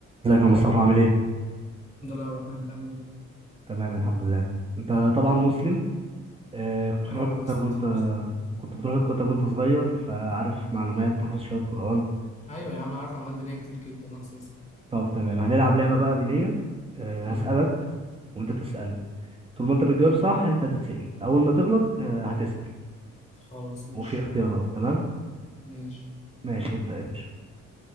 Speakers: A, on the right (about 20°); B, on the left (about 20°).
A: ازيك يا مصطفى عامل ايه؟
B: الحمد لله الرحمن انت عامل ايه
A: تمام الحمد لله انت طبعا مسلم آه كنت بتروح
B: ايوه
A: الكتاب
B: يا اسطى
A: وانت
B: بص
A: كنت بتروح الكتاب وانت صغير فعارف معلومات تحفظ شوية قرآن
B: ايوه يا عم عارف معلومات دينيه كتير جدا اساسا
A: طب تمام هنلعب لعبة بقى دينية آه
B: امم
A: هسألك وانت تسألني طول ما انت بتجاوب
B: ماشي
A: صح انت هتتسأل اول ما تغلط آه هتسأل
B: خلاص ماشي
A: وفي اختيارات تمام؟
B: ماشي
A: ماشي ابدأ يا باشا